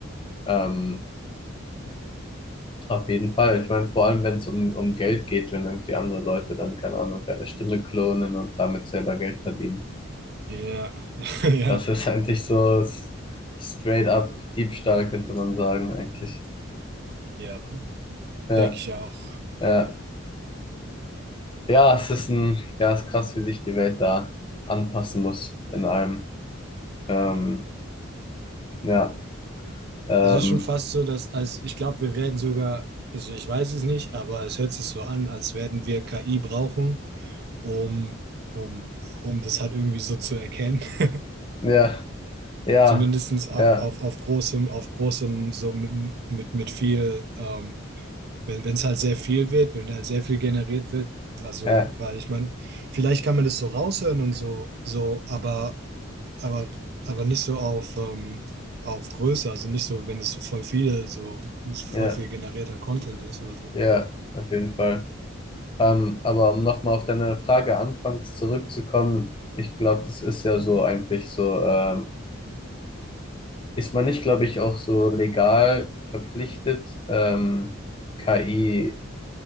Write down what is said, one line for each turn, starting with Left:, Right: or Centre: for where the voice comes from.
Left: Ähm, auf jeden Fall. Ich meine, vor allem, wenn es um, um Geld geht, wenn irgendwie andere Leute dann, keine Ahnung, deine Stimme klonen und damit selber Geld verdienen.
Right: Ja, <laughs> ja,
Left: Das ist eigentlich so s- straight up Diebstahl, könnte man sagen, eigentlich.
Right: ja,
Left: Ja,
Right: denke ich auch.
Left: ja. Ja, es ist ein, ja, es ist krass, wie sich die Welt da anpassen muss in allem. Ähm,
Right: Ja.
Left: ja, ähm,
Right: Es ist schon fast so, dass, als ich glaube, wir werden sogar, also ich weiß es nicht, aber es hört sich so an, als werden wir KI brauchen, um, um, um das halt irgendwie so zu erkennen. <laughs>
Left: ja, ja,
Right: Zumindest auf,
Left: ja,
Right: auf, auf großem, auf großem, so mit, mit, mit viel, ähm, wenn wenn es halt sehr viel wird, wenn halt sehr viel generiert wird, also,
Left: ja,
Right: weil ich meine, vielleicht kann man das so raushören und so, so, aber aber, aber nicht so auf, ähm, auf Größe, also nicht so, wenn es so voll viele, so, so voll
Left: ja,
Right: viel generierter Content ist oder so.
Left: ja, auf jeden Fall. Ähm, aber um nochmal auf deine Frage anfangs zurückzukommen, ich glaube, das ist ja so eigentlich so, ähm, ist man nicht, glaube ich, auch so legal verpflichtet, ähm, KI